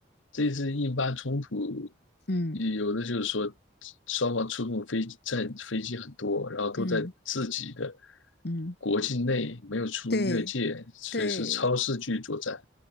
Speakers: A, on the left; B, on the left.
A: 这次印巴冲突，
B: 嗯
A: 有的就是说双方出动飞战飞机很多，然后都在自己的
B: 嗯。嗯，
A: 国境内没有出越界，
B: 对
A: 所以是超视距作战，
B: 对